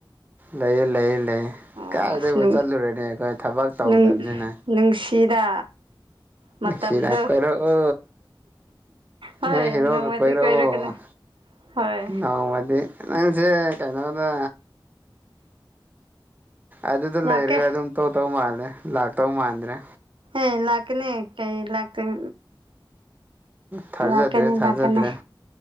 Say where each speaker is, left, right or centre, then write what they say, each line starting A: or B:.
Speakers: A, on the right; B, on the right.
A: ꯂꯩꯌꯦ ꯂꯩꯌꯦ ꯂꯩ
B: ꯑꯣ
A: ꯀꯥꯏꯗꯒꯤꯕꯨ
B: ꯑꯁ ꯅꯨꯡ
A: ꯆꯠꯂꯨꯔꯅꯤ ꯑꯩꯈꯣꯏ ꯊꯕꯛ ꯇꯧꯗꯕꯅꯤꯅ
B: ꯅꯨꯡ ꯅꯨꯡꯁꯤꯗ ꯃꯇꯝꯗꯣ
A: ꯁꯤꯗꯥ ꯀꯥꯔꯛꯑꯣ
B: ꯍꯣꯏ
A: ꯅꯣꯏ ꯍꯦꯔꯣꯒ
B: ꯅꯣꯡꯃꯗꯤ
A: ꯀꯣꯏꯔꯛꯑꯣ
B: ꯀꯣꯏꯔꯛꯀꯅꯤ ꯍꯣꯏ
A: ꯅꯣꯡꯃꯗꯤ ꯅꯪꯁꯦ ꯀꯩꯅꯣꯗ ꯑꯗꯨꯗ
B: ꯂꯥꯛꯀꯦ
A: ꯂꯩꯔꯒ ꯑꯗꯨꯝ ꯇꯧ ꯇꯧ ꯃꯥꯜꯂꯦ ꯂꯥꯛꯇꯧ ꯃꯥꯟꯗ꯭ꯔꯦ
B: ꯀꯩꯅ ꯂꯥꯛꯀꯅꯤ ꯀꯩ ꯂꯥꯛꯇꯨꯝ
A: ꯊꯥꯖꯗ꯭ꯔꯦ
B: ꯂꯥꯛꯀꯅꯤ
A: ꯊꯥꯖꯗ꯭ꯔꯦ
B: ꯂꯥꯛꯀꯅꯤ